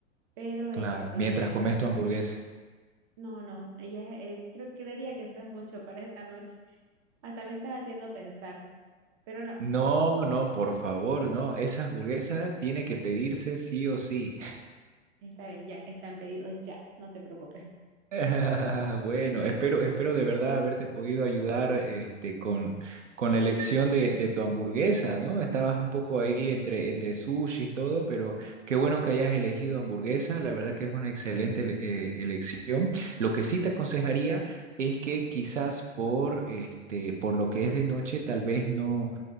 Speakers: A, on the right; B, on the right.
A: Pero
B: claro,
A: este,
B: mientras comes tu hamburguesa.
A: no, no, ella eh, creo, creería que eso es mucho para esta noche. Hasta me estás haciendo pensar, pero no,
B: No, no, por favor, no, esa hamburguesa tiene que pedirse sí o sí.
A: está bien, ya, están pedidos ya, no te preocupes.
B: <laughs> Bueno, espero, espero de verdad haberte podido ayudar este, con, con la elección de, de tu hamburguesa, ¿no? Estabas un poco ahí entre, entre sushi y todo, pero qué bueno que hayas elegido hamburguesa, la verdad que es una excelente ele- eh, elección. Lo que sí te aconsejaría es que quizás por, este, por lo que es de noche, tal vez no,